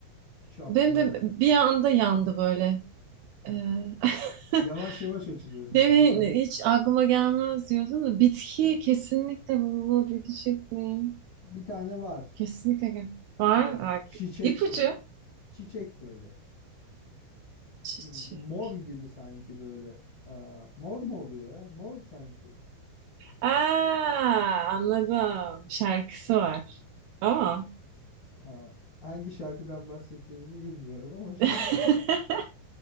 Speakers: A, on the left; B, on the right.
A: Hiç aklıma.
B: Benim de bir anda yandı böyle. E, <laughs>
A: Yavaş yavaş açılıyorsun
B: demin
A: sen şimdi.
B: hiç aklıma gelmez diyordum da bitki kesinlikle bulabilecek miyim?
A: Bir tane var.
B: Kesinlikle gel. Var
A: Böyle
B: mı? Ak-
A: çiçek
B: İpucu.
A: böyle. Çiçek böyle.
B: Çiçek.
A: Hmm, Mor gibi sanki böyle. Aa, mor mu oluyor ya? Mor sanki.
B: Aa, anladım. Şarkısı var. Ama
A: Aa, hangi şarkıdan bahsettiğimizi bilmiyorum ama şu
B: <laughs>
A: an. <laughs>